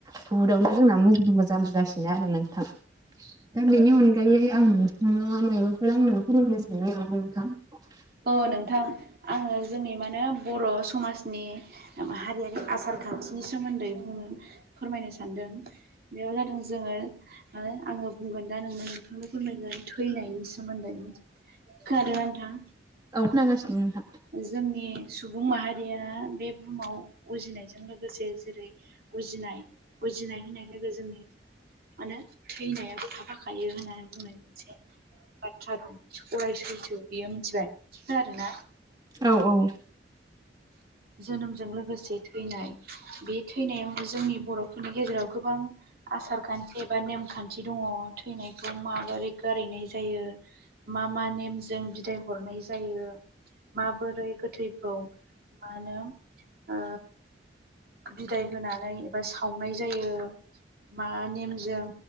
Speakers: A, on the right; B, on the right.
A: बुहुदावनो जोंना मोजां मोजां <unintelligible> सिनो आरो नोंथां दा बेनि अनगायै आं नोंथांनाव मायबाफोर <unintelligible>
B: अ
A: औ
B: नोंथां आङो जोंनि माने बर' समाजनि हारियारि आसार खान्थिनि सोमोन्दै बुंनो फोरमायनो सान सानदों बेयाव जादों जोङो आङो बुंगोन दा नोंनो नोंथांनो फोरमायगोन थैनायनि सोमोन्दै खोनादों नोंथां?
A: खोनागासिनो नोंथां
B: जोंनि सुबुं माहारिया बे बुहुमाव उजिनायजों लोगोसे जेरै उजिनाय उजिनाय होननाय लोगो जोंनि मा नो थैनायाबो थाफाखायो होननानै बुंनाय मोनसे बाथ्रा दं अराय सैथो बियो मिथिबाय। खोनादोंना?
A: औ औ
B: जोनोमजों लोगोसे थैनाय बे थैनायाव जोंनि बर' बेनि गेजेराव गोबां आसार खान्थि एबा नेमखान्थि थि दङ' थैनायखौ माबोरै गारहैनाय जायो। मा मा नेमजों बिदाय हरनाय जायो माबोरै गोथैखौ मा होनो ओ बिदाय होनानै एबा सावनाय जायो। मा नेमजों